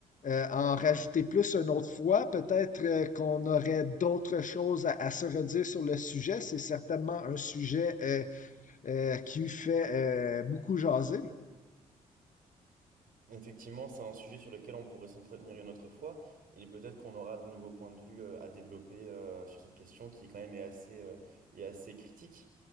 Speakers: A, on the left; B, on the right.
A: euh, à en rajouter plus une autre fois. Peut-être euh, qu'on aurait d'autres choses à, à se redire sur le sujet. C'est certainement un sujet euh, euh, qui fait euh, beaucoup jaser.
B: Effectivement, c'est un sujet sur lequel on pourrait s'entretenir une autre fois et peut-être qu'on aura de nouveaux points de vue euh, à développer euh, sur cette question qui quand même est assez, euh, est assez critique.